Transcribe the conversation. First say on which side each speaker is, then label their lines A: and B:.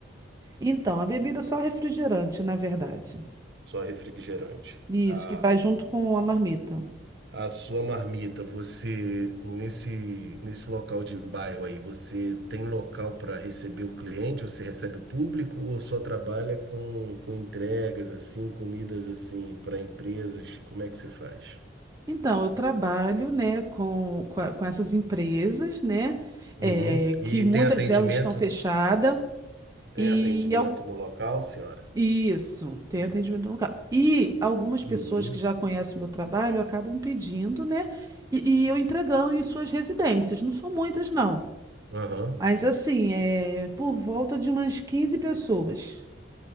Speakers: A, on the right; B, on the right.
A: Então, a bebida é só refrigerante, na verdade.
B: Só refrigerante.
A: Isso,
B: A,
A: que vai junto com a marmita.
B: A sua marmita, você nesse nesse local de bairro aí, você tem local para receber o cliente? Você recebe o público ou só trabalha com, com entregas assim, comidas assim para empresas? Como é que você faz?
A: Então, eu trabalho, né, com, com, a- com essas empresas, né,
B: Uhum.
A: é, que
B: E
A: muitas
B: tem atendimento?
A: delas estão fechadas
B: Tem
A: e
B: atendimento
A: al-
B: no local, senhora?
A: isso, tem atendimento no carro. E algumas pessoas
B: Uhum.
A: que já conhecem o meu trabalho acabam pedindo, né, e, e eu entregando em suas residências. Não são muitas, não.
B: Aham.
A: Mas assim, é por volta de umas 15 pessoas.